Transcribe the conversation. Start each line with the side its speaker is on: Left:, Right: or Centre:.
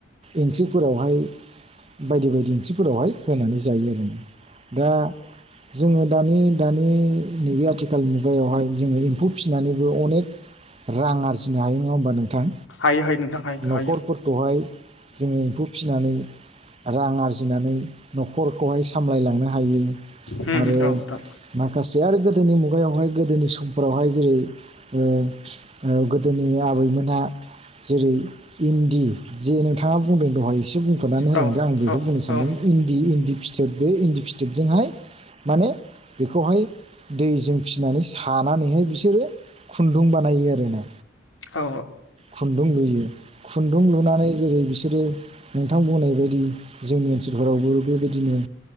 Right: इंख्रिफोरावहाय बायदि बायदि ओंख्रिफोरावहाय होनानै जायो आरो दा जोङो दानि दानि नैबे आथिखाल मुगायावहाय जोङो एम्फौ फिसिनानैबो अनेक रां आरजिनो हायो नङा होनोमबा नों -थां
Left: हायो हायो नोंथां हायो
Right: न'खरफोरखौहाय
Left: हायो
Right: जोङो एम्फौ फिनानै रां आरजिनानै न'खरखौहाय सामलायलांनो हायो।
Left: होम
Right: आरो
Left: औथ'
Right: माखासे आरो गोदोनि मुगायावहाय गोदोनि समफोरावहाय जेरै ओ ओ गोदोनि आबैमोनहा जेरै इन्दि जे नोंथाङा बुंदों दहाय एसे बुं खुनानै होलांदों।
Left: औ
Right: आं बेखौ
Left: औ
Right: बुंनो सानदों
Left: औ
Right: इन्दि इन्दि फिथोब बे इन्दि फिथोबजोंहाय माने बेखौहाय दैजों फिसिनानै सानानैहाय बिसोरो खुन्दुं बानायो आरो ना।
Left: औ
Right: खुन्दुं लुयो खुन्दुं लुनानै जेरै बिसोरो नोंथां बुंनाय बायदि जोंनि ओनसोलफोरावबो बेबायदिनो